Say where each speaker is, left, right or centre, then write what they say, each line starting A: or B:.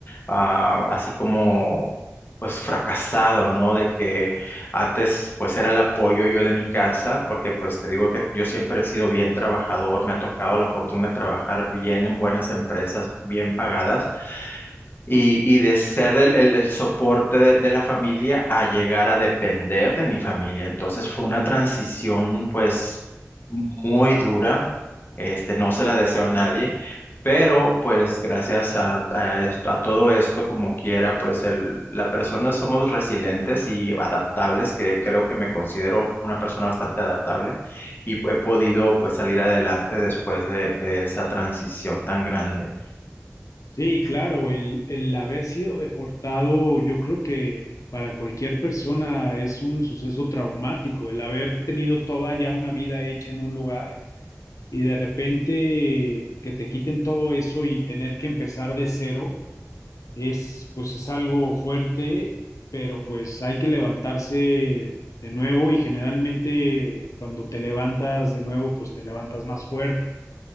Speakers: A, on the left (about 40°); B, on the left (about 85°).
A: ah, así como pues fracasado, ¿no? De que antes pues era el apoyo yo de mi casa, porque pues te digo que yo siempre he sido bien trabajador, me ha tocado la fortuna de trabajar bien en buenas empresas, bien pagadas, y, y de ser el, el- el soporte de, de la familia a llegar a depender de mi familia. Entonces fue una transición pues muy dura, este, no se la deseo a nadie pero pues gracias a, a es- a todo esto, como quiera, pues el, la persona somos resilientes y adaptables, que creo que me considero una persona bastante adaptable y he podido pues salir adelante después de, de esa transición tan grande.
B: Sí, claro, el, el haber sido deportado, yo creo que para cualquier persona es un suceso traumático, el haber tenido toda ya una vida hecha en un lugar y de repente que te quiten todo eso y tener que empezar de cero es pues es algo fuerte, pero pues hay que levantarse de nuevo y generalmente cuando te levantas de nuevo pues te levantas más fuerte.